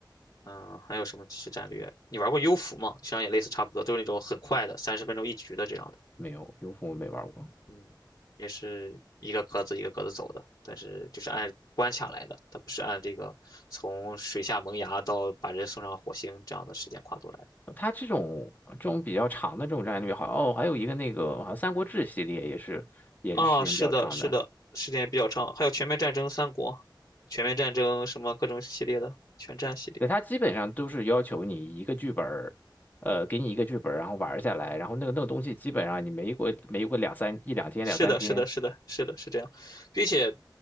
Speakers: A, on the left; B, on the left.
A: 嗯，还有什么即时战略？你玩过幽浮吗？实际上也类似差不多，都是那种很快的，三十分钟一局的这样的。
B: 没有，优酷我没玩过。
A: 嗯，也是一个格子一个格子走的，但是就是按关卡来的，它不是按这个从水下萌芽到把人送上火星这样的时间跨度来的。
B: 它这种这种比较长的这种战略，好哦，还有一个那个好像《三国志》系列也是也是时间比较长的，
A: 啊，是的，是的，时间也比较长，还有全面战争三国、全面战争什么各种系列的全战系列。
B: 对，它基本上都是要求你一个剧本儿，呃，给你一个剧本儿，然后玩儿下来，然后那个那个东西基本上你没过没过两三一两天两三天。
A: 是的，是的，是的，是的，是这样，并且，